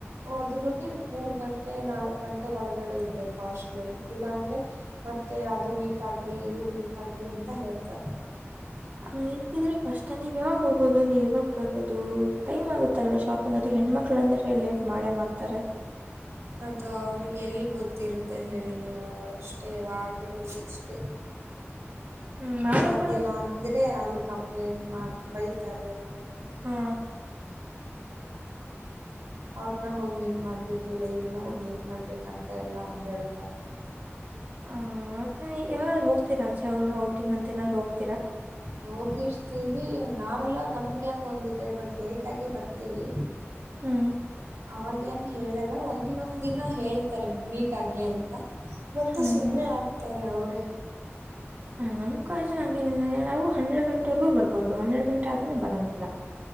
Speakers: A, on the right (about 85°); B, on the right (about 35°).
A: ಹೋದರು ಬಿ ಗಂಟೆ ನಾಲ್ಕ್ ಗಂಟೆ ಒಳಗಡೆ ಇರಬೇಕು ಹಾಸ್ಲ್ಲ್ಲಿ ಇಲ್ಲಾ ಅಂದ್ರೆ ಮತ್ತೆ ಅದು ಮೀಟ್ ಆಗ್ರಿ ಇವರು ಮೀಟ್ ಆಗ್ರಿ ಎಂತ ಹೇಳ್ತಾರೆ
B: ಹಂಗ್ ಹಿಂಗಿದ್ರೆ ಕಷ್ಟ ನೀವ್ ಯಾವಾಗ ಹೋಗೋದು ನೀವ್ ಯಾವಾಗ ಬರೋದು ಟೈಮ್ ಆಗುತ್ತಲ್ವಾ ಶಾಪಿಂಗ್ ಅದು ಹೆಣ್ಮಕ್ಳ ಅಂದ್ರೆ ಲೇಟ್ ಮಾಡೇ ಮಾಡ್ತಾರೆ
A: ಅದು ಅವ್ರಿಗೆ ಎಲ್ ಗೊತ್ತಿರುತ್ತೆ ಹೇಳಿ ನೀವು ಅವ್ರಷ್ಟೇ ಯಾವಾಗ ಇಷ್ಟೇ
B: ಹ್ಮ್ ಆದ್ರೂ
A: ಬಂದಿಲ್ಲ
B: ಕೂಡ
A: ಅಂದ್ರೆ ಅಲ್ಲಿ ಕಂಪ್ಲೇಂಟ್ ಮಾಡ ಬೈತಾರೆ
B: ಹಾ
A: ಅವ್ರನ್ನ
B: ಹ
A: ಹೋಗಿ ಮೀಟ್ ಮಾಡ್ಬೇಕು ಇಲ್ಲ ಇವ್ರನ್ನ ಹೋಗಿ ಮೀಟ್ ಮಾಡ್ಬೇಕಂತ ಎಲ್ಲಾ ಹೇತಾರೆ
B: ಹ ಇವಾಗ್ರರು ಹೋಗ್ತಿೀರಾ ಆಚೆ ಔಟಿಂಗ್ ಅಂತ ನಾದ್ ಹೋಗ್ತ
A: ಹೋಗಿರ್ಸ್ತೀವಿ ನಾವೆಲ್ಲ ನಮ್ಗೆ ಹಂಗ ಒಂದಿದ್ದೆ ಬಟ್ ಲೇಟ್ ಆಗಿ ಬರ್ತೀವಿ
B: ಹ್ಮ್
A: ಅವಾಗೇಏನು ಹೇಳಲ್ಲ ಒಂದೊಂದ್ ದಿನ ಹೇಳ್ತಾರೆ ಮೀಟ್ ಆಗಿ ಅಂತ ಮತ್ತೆ
B: ಹ್ಮ್
A: ಸುಮ್ಮನೆ ಆಗ್ತಾರೆ ಅವ್ರೇ
B: ನಮ್ಮ್ ಕಜ ನಂಗೇನಿಲ್ಲ ನಾವು ಹೆಡ್ ಗಂಟೆವರೆಗೂ ಬರ್ಬೋದು ಹನ್ನೆರಡ್ ಗಂಟೆ ಆದ್ಮೆ ಬರಂಗಿಲ್ಲ